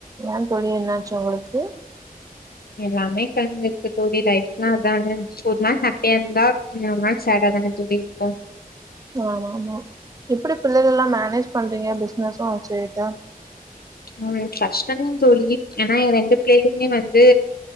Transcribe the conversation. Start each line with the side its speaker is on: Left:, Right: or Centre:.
Right: ஏ தோழி என்னாச்சு ஒங்களுக்கு
Left: எல்லாமே கழந்திருக்கு தோழி லைஃப்னா அதான ஒரு நாள் ஹேப்பியா இருந்தா இன்னொரு நாள் சேட்டாதான தோழி இர்க்கு
Right: ஆமா ஆமா எப்டி பிள்ளைகள் எல்லா மேனேஜ் பண்றீங்க பிஸ்னஸ்லா வச்சுக்கிட்டா
Left: ம் கஸ்டதா தோழி ஏனா ஏ ரெண்டு பிள்ளையலுமே வந்து